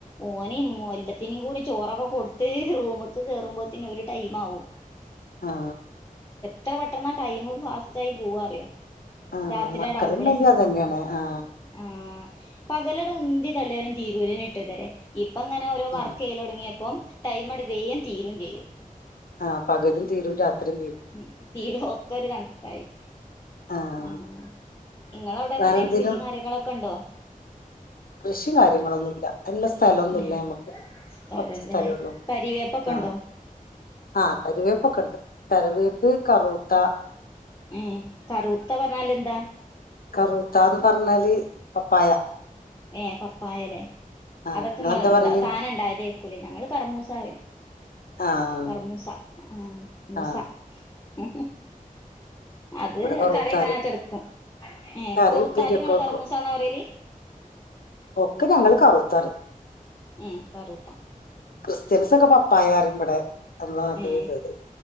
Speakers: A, on the left; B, on the left.
A: ഓന്ല്ലത്തിനും കൂടി ചോറൊക്കെ കൊടുത്ത് റൂമൊക്കെ കേയറുമ്പോത്തിന് ത്തി ഒരു ടൈം ആവും
B: ആ
A: എത്ര പെട്ടെന്ന് ടൈം ഫാസ്റ്റ് ആയി പോകറിയോ
B: ആ
A: രാത്രിയട
B: മക്കളുണ്ടെങ്കിൽ
A: ആവുമ്പോളേ
B: അതന്നെയാണ് ആ
A: ആഹ പകലട ഉന്തി തള്ളിയാലും തീരൂലയ്‌ നി ഇട്ട് തരെ ഇപ്പ ഇങ്ങനെ ഓരോ വർക്ക്
B: ആ
A: ചെയയ്യിൽ തുടങ്ങിയപ്പം ടൈം അങ്ങട്ട് വേഗം തീരുകയും ചെയ്യും
B: ആഹ പകലും തീരും രാത്രി
A: ഉ തീരൊക്ക ഒരു കണക്കായി
B: ആഹ്
A: ആഹ നിങ്ങ അവിടെ എങ്ങനെ
B: വേറെന്തേലും
A: കൃഷിയും കാര്യങ്ങളൊക്കെ ഉണ്ടോ
B: കൃഷി കാര്യങ്ങളൊന്നു ഇല്ല നുള്ള സ്ഥലം ഒന്നുമല്ല
A: ഏഹ്
B: നമ്മുക്ക്
A: സ്ഥലല്ലല്ലേ
B: കുറച്ച് സ്ഥലള്ളൂ
A: കരിവേപ്പൊക്കെ ഉണ്ടോ
B: ആഹ ആഹ് കറിവേപ്പൊക്കെ ഉണ്ട് കറിവേപ്പ് കറൂത്ത
A: ഏ കറുത്ത പറഞ്ഞാല് എന്താ
B: കറുത്തന്ന് പറഞ്ഞാല് പപ്പായ
A: ഏ പപ്പായല്ലേ
B: ആഹ്
A: അതൊക്കെ
B: നിങ്ങളെന്താ
A: നിങ്ങണ്ട
B: പറയല്
A: താന ഉണ്ടായത കേക്കൂല ഞങ്ങള് കർമൂസ അറിയും
B: ആഹ്
A: കർമൂസ ആഹ മൂസ
B: ആഹ്
A: അ അത്
B: ഇവിടെ കറൂത്താറിം
A: കറി വെക്കാനക്കെ എടുക്കും ഏ
B: കറി
A: പൗത്താലിങ്ങൾ
B: ഉപ്പേരിയൊക്കെ വെക്കും
A: കർമൂസാന്നാ പറയല്
B: ഒക്കെ ഞങ്ങൾ കറൂത്താറി
A: ഏ കറൂത്ത
B: ക്രിസ്ത്യൻസ് ഒക്കെ പപ്പായറിയും ഇവിടെ നമ്മട്ട നാട്ടിൽ
A: ഏ
B: പ്പെടും